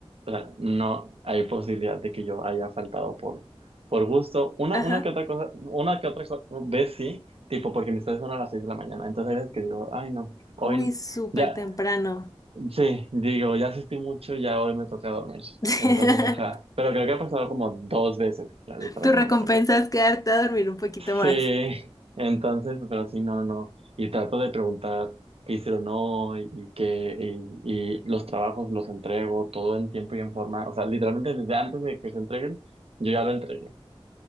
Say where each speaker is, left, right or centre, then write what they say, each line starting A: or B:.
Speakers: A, on the right (about 70°); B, on the left (about 35°).
A: o sea, no hay posibilidad de que yo haya faltado por, por gusto. Una,
B: ajá.
A: una que otra cosa, una que otra co- vez sí, tipo porque mis clases son a las seis de la mañana. Entonces hay veces que digo, ay no, hoy
B: Uy, súper
A: ya.
B: temprano.
A: Sí, digo, ya asistí mucho, ya hoy me toca dormir.
B: <laughs>
A: Entonces, ajá. Pero creo que ha pasado como dos veces, claro, literalmente.
B: Tu recompensa es quedarte a dormir un poquito más.
A: Sí, entonces, pero sí, no, no. Y trato de preguntar qué hicieron hoy y qué, y, y los trabajos los entrego todo en tiempo y en forma. O sea, literalmente desde antes de que se entreguen, yo ya lo entregué.